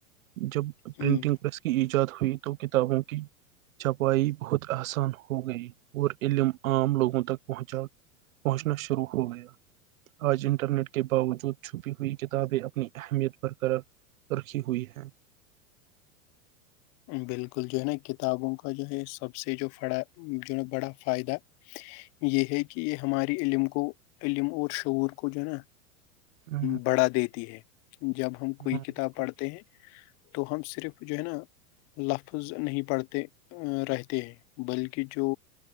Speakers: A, on the right; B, on the left.
A: جب پرنٹنگ
B: ہم،
A: پریس کی ایجاد ہوئی تو کتابوں کی چھپائی بہت آسان ہو گئی اور علم عام لوگوں تک پہنچا پہنچنا شروع ہو گیا آج انٹرنیٹ کے باوجود چھپی ہوئی کتابیں اپنی اہمیت برقرار رکھی ہوئی ہے
B: بالکل جو ہے نا کتابوں کا جو ہے سب سے جو پڑا جو ہے نا بڑا فائدہ یہ ہے کہ یہ ہماری علم کو علم اور شعور کو جو ہے نا
A: ہاں
B: بڑھا دیتی ہے جب ہم کوئی
A: ہاں بالکل
B: کتاب پڑھتے ہیں تو ہم صرف جو ہے نا لفظ نہیں پڑھتے رہتے ہیں بلکہ جو